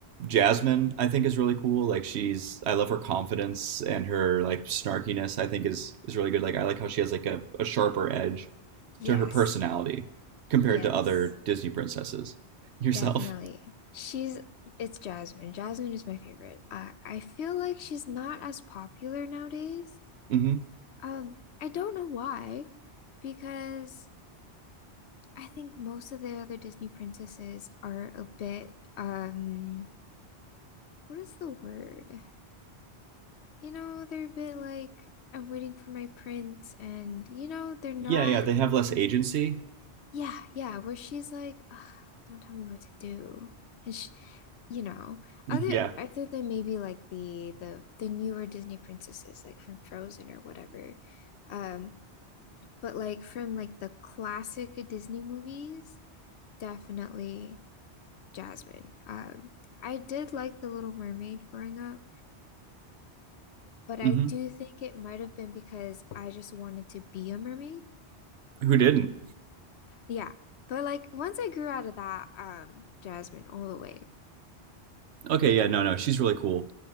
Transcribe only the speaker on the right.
Jasmine I think is really cool. Like she's I love her confidence and her like snarkiness. I think is is really good. Like I like how she has like a, a sharper edge
to her personality compared
to other Disney princesses. Yourself.
hmm
Yeah, yeah, they have less agency. <laughs>
Yeah.
hmm
Who didn't?
Okay, yeah, no, no, she's really cool.